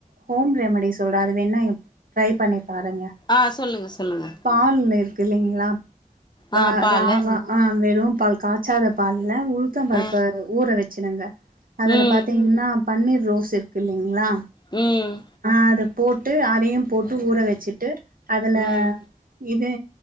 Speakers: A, on the right; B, on the left.
A: ஹோம் ரெமிடி சொல்றே அது வேண்ணா இப் ட்ரை பண்ணி பாருங்க
B: ஆ சொல்லுங்க சொல்லுங்க
A: பால்ல இருக்கு இல்லைங்ளா ப
B: ஆ பாலு
A: ராவா ஆம் வெறும் பால் காச்சாத பால் ல உளுத்தம் பருப்பு
B: ஆ
A: ஊற வச்சுடுங்க அதுல
B: ம்
A: பாத்தீங் ன்னா பன்னீர் ரோஸ் இருக்கு இல்லைங்ளா
B: ம்
A: ஆ அதப் போட்டு அதையும் போட்டு ஊற வச்சிட்டு அதல
B: ம்
A: இது